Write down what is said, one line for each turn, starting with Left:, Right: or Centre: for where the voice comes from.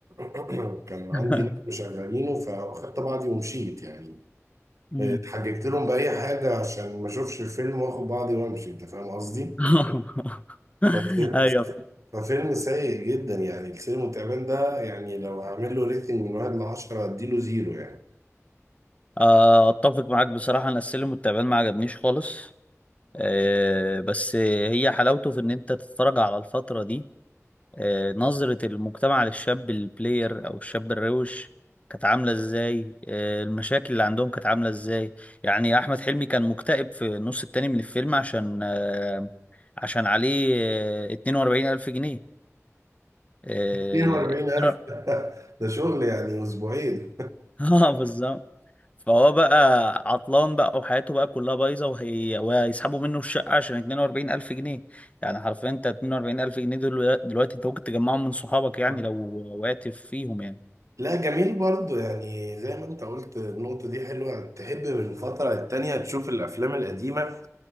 Right: <clears throat> كان عندي
Left: <laughs>
Right: ناس مشغلينه فاخدت بعضي ومشيت يعني
Left: مم.
Right: اتحججت لهم بأي حاجة عشان ما اشوفش الفيلم واخد بعضي وامشي انت فاهم قصدي؟
Left: <laughs>
Right: فف-
Left: ايوه
Right: ففيلم سيء جدا يعني السينما التعبان ده يعني لو هعمل له ريتنج من واحد لعشرة هديله زيرو يعني
Left: آه، اتفق معاك بصراحه انا السلم والتعبان ما عجبنيش خالص آه، بس هي حلاوته في ان انت تتفرج على الفتره دي آه، نظره المجتمع للشاب البلاير او الشاب الروش كانت عامله ازاي آه، المشاكل اللي عندهم كانت عامله ازاي يعني احمد حلمي كان مكتئب في النص التاني من الفيلم عشان آه، عشان عليه آه، 42000 جنيه آه،
Right: 42000
Left: <laughs>
Right: <laughs> ده شغل يعني أسبوعين
Left: اه بالظبط فهو بقى عطلان بقى وحياته بقى كلها بايظه وهي وهيسحبوا منه الشقه عشان 42000 جنيه يعني حرفيا انت 42000 جنيه دول دلوقتي انت ممكن تجمعهم من صحابك يعني
Right: <laughs>
Left: لو وقعت فيهم يعني
Right: لا جميل برضو يعني زي ما انت قلت النقطة دي حلوة تحب من فترة للتانية تشوف الأفلام القديمة